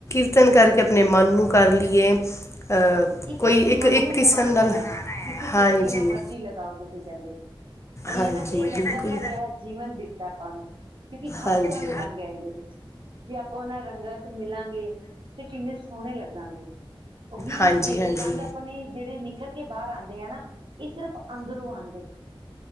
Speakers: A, on the left (about 30°); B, on the right (about 60°).
A: ਕੀਰਤਨ ਕਰਕੇ, ਆਪਣੇ ਮਨ ਨੂੰ ਕਰ ਲਈਏ ਅ
B: ਇੱਕ
A: ਕੋਈ
B: ਆਪਨੇ, ਮਨ
A: ਇੱਕ
B: ਨੂੰ
A: ਕਿਸਮ
B: ਲਗਾਉਨਾ
A: ਨਾਲ
B: ਹੈ। ਕਿਸੇ
A: ਹਾਂਜੀ
B: ਤਰੀਕੇ ਨਾਲ ਮਰਜੀ ਲਗਾਓ ਤੁਸੀ, ਕਹਿੰਦੇ। ਉਹੀ
A: ਹਾਂਜੀ
B: ਹੈ ਨਾ, ਇਹ
A: ਬਿਲਕੁਲ
B: ਰੰਗਾ ਭਰਿਆ ਜੀਵਨ ਦਿੱਤਾ ਆਪਾਂ ਨੂੰ ਕਿਉਂਕਿ, ਹਰ
A: ਹਾਂਜੀ
B: ਤਰ੍ਹਾਂ ਦੇ ਰੰਗ ਹੈਂ, ਇਨਦੇ ਵਿੱਚ। ਜੇ ਆਪਾਂ, ਉਹਨਾਂ ਰੰਗਾਂ ਚ ਮਿਲਾਂਗੇ, ਤੇ ਕਿੰਨੇ ਸੋਹਣੇ ਲੱਗਾਂਗੇ। ਉਹੀ
A: ਹਾਂਜੀ
B: ਜੇ,
A: ਹਾਂਜੀ
B: ਇਹ ਰੰਗ ਆਪਣੇ ਜਿਹੜੇ ਨਿਖਰ ਕੇ, ਬਾਹਰ ਆਂਦੇ ਆ ਨਾ, ਇਹ ਸਿਰਫ ਅੰਦਰੋਂ ਆਂਦੇ।